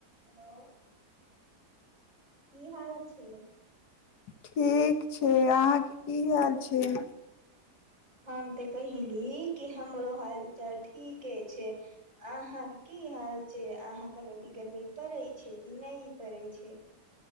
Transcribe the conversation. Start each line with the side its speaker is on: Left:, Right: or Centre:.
Right: hello की हाल छै
Left: ठीक छै अहाँके की हाल छै
Right: ह हम तऽ कहिली कि हमरो हाल चाल ठीके छै अहाँके की हाल छै अहा कनि बिगरमी पड़ै छै कि नहि पड़ै छै